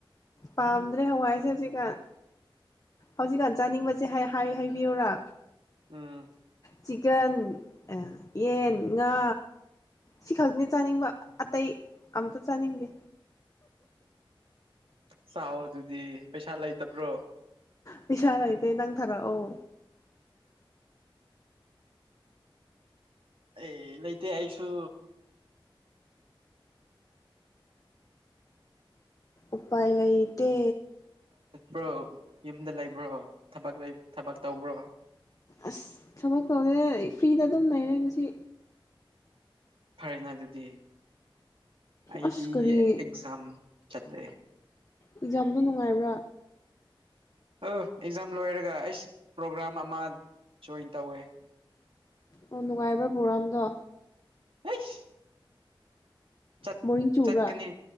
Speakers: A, on the left; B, on the right.
A: ꯄꯥꯝꯗ꯭ꯔꯦ ꯍꯋꯥꯏꯁꯦ ꯍꯧꯖꯤꯛꯀꯥꯟ ꯍꯧꯖꯤꯛꯀꯥꯟ ꯆꯥꯅꯤꯡꯕꯁꯦ ꯍꯥꯏꯌꯨ ꯍꯥꯏꯕꯤꯌꯨꯔꯥ
B: ꯑꯝ
A: ꯆꯤꯛꯀꯟ ꯌꯦꯟ ꯉꯥ ꯁꯤ ꯈꯛꯅꯤ ꯆꯥꯅꯤꯡꯕ ꯑꯇꯩ ꯑꯝꯇ ꯆꯥꯅꯤꯡꯗꯦ
B: ꯆꯥꯎ ꯑꯗꯨꯗꯤ ꯄꯩꯁꯥ ꯂꯩꯇꯕ꯭ꯔꯣ
A: ꯄꯩꯁꯥ ꯂꯩꯥꯏꯗꯦ ꯅꯪ ꯊꯥꯔꯛ ꯑꯣ
B: ꯑꯩ ꯂꯩꯇꯦ ꯑꯩꯁꯨ
A: ꯎꯄꯥꯏ ꯂꯩꯇꯦ
B: ꯭ꯔꯣ ꯌꯨꯝꯗ ꯂꯩꯕ꯭ꯔꯣ ꯊꯕꯛ ꯊꯕꯛ ꯇꯧꯕ꯭ꯔꯣ
A: ꯑꯁ ꯊꯕꯛ ꯇꯧꯗꯦ ꯐ꯭ꯔꯤꯗ ꯑꯗꯨꯝ ꯂꯩꯔꯦ ꯉꯁꯤ
B: ꯐꯔꯦꯅꯦ ꯑꯗꯨꯗꯤ ꯑꯩꯗꯤ
A: ꯑꯁ ꯀꯔꯤ
B: ꯑꯦꯛꯖꯥꯝ ꯆꯠꯂꯦ
A: ꯑꯦꯛꯖꯥꯝꯗꯣ ꯅꯨꯡꯉꯥꯏꯕ꯭ꯔꯥ
B: ꯑ ꯑꯦꯛꯖꯥꯝ ꯂꯣꯏꯔꯒ ꯑꯩꯁ ꯄ꯭ꯔꯣꯒ꯭ꯔꯥꯝ ꯑꯃ ꯖꯣꯏꯟ ꯇꯧꯋꯦ
A: ꯑꯣ ꯅꯨꯡꯉꯥꯏꯕ꯭ꯔꯥ ꯄ꯭ꯔꯣꯒꯥ꯭ꯔꯝꯗꯣ
B: ꯍꯩꯁ ꯆꯠ
A: ꯕꯣꯔꯤꯡ ꯆꯨꯕ꯭ꯔꯥ
B: ꯆꯠꯀꯅꯤ